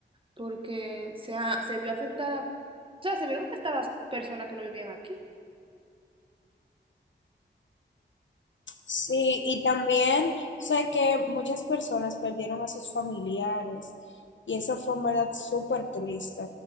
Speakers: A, on the right; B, on the left.
A: porque se, ha- se vio afectada, o sea, se vieron afectadas personas que no vivían aquí.
B: Sí, y también sé que muchas personas perdieron a sus familiares y eso fue en verdad súper triste.